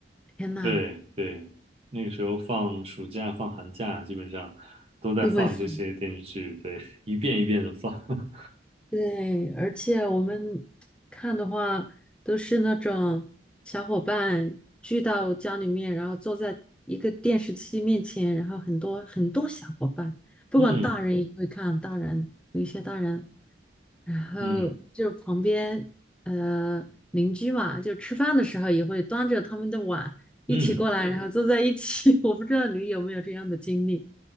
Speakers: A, in the centre; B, on the right (about 35°).
A: 天呐，
B: 对对，那个时候放暑假、放寒假，基本上都在放这些电视剧，
A: 都会放。
B: 对，一遍一遍的放。<laughs>
A: 对，而且我们看的话，都是那种小伙伴聚到家里面，然后坐在一个电视机面前，然后很多很多小伙伴，不管大人也会看，
B: 嗯
A: 大人有一些大人，然后就旁边呃邻居嘛，
B: 嗯
A: 就吃饭的时候也会端着他们的碗一起过来，
B: 嗯
A: 然后坐在一起。<laughs> 我不知道你有没有这样的经历。